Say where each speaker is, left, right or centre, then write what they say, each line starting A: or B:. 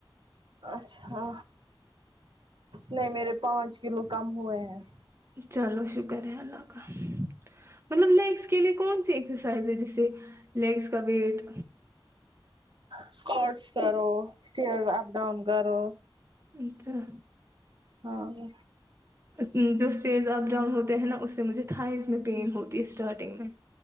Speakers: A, on the right (about 60°); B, on the right (about 30°).
A: اچھا نہیں میرے پانچ کلو کم ہوئے ہیں
B: چلو شکر ہے اللہ کا مطلب لیگس کے لیے کون سی ایکسرسائز ہے جسے لیگس کا ویٹ
A: اسکٹس کرو اسٹیرز اپ ڈاؤن کرو
B: ٹھیک ہے
A: ہاں جی
B: جو اسٹیز اپ ڈاؤن ہوتے ہیں نا اس سے مجھے تھائز میں پین ہوتی ہے اسٹارٹنگ میں